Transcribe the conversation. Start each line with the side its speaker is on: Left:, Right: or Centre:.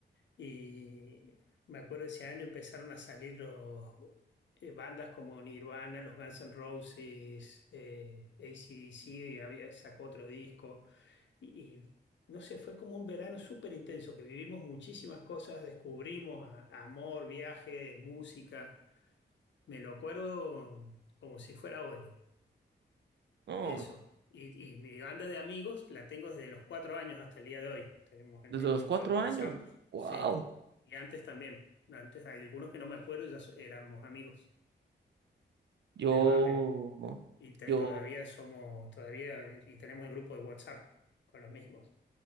Left: Y me acuerdo ese año empezaron a salir los, eh, bandas como Nirvana, los Guns N' Roses, eh, AC/DC, y había, sacó otro disco. Y, y, no sé, fue como un verano súper intenso, que vivimos muchísimas cosas, descubrimos a- amor, viaje, música. Me lo acuerdo como si fuera hoy.
Right: no,
Left: Eso. Y, y mi banda de amigos la tengo desde los cuatro años hasta el día de hoy. Tenemos en
Right: desde
Left: el
Right: los
Left: grupo
Right: cuatro
Left: de WhatsApp,
Right: años. Wow.
Left: sí. Y antes también. Antes hay algunos que no me acuerdo, y ya so- éramos amigos
Right: Yo,
Left: en el barrio. Y te-
Right: yo
Left: todavía somos, todavía, y tenemos el grupo de WhatsApp con los mismos.